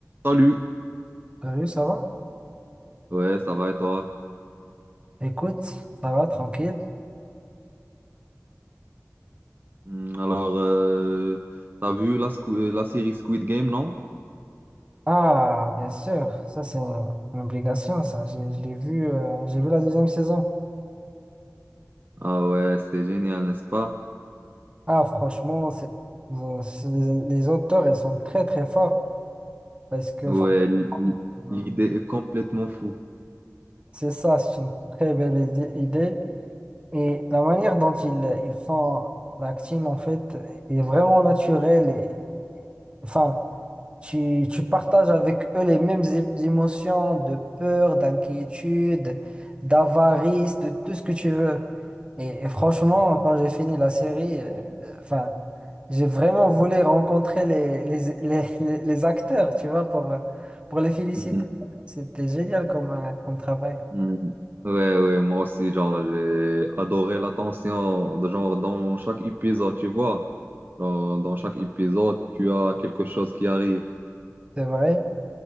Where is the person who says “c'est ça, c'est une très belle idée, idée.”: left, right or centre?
Right